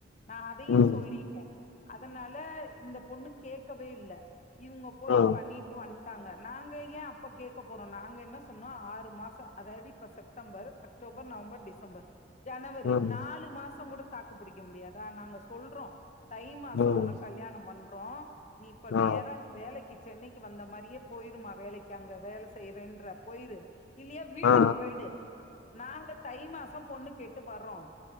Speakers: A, on the left; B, on the left.
A: நா அதையு
B: ம்
A: சொல்லிட்ட அதனால இந்த பொண்ணு கேக்கவே இல்ல இவங்க போய்
B: ஆ
A: பண்ணிட்டு வந்து டாங்க நாங்க ஏன் அப்ப கேட்க போறோம் நாங்க என்ன சொன்னோ ஆறு மாசோ அதாது இப்ப September October November December ஜனவரி
B: ம்
A: நாலு மாசோ கூட தாக்கு பிடிக்க முடியாதா நாங்க சொல்றோம் தை மாசோ
B: ம்
A: உனக்கு
B: ம்.
A: கல்யாணம் பண்றோ நீ இப்ப நேர
B: ஆ
A: வேலைக்கு சென்னைக்கு வந்த மாரியே போயிருமா வேலைக்கு அங்க வேல செய்றறேன்ற போயிரு இல்லையா வீட்டுக்கு
B: ஆ ஆ
A: போயிடு நாங்க தை மாசம் பொண்ணு கேட்டு வர்றோம்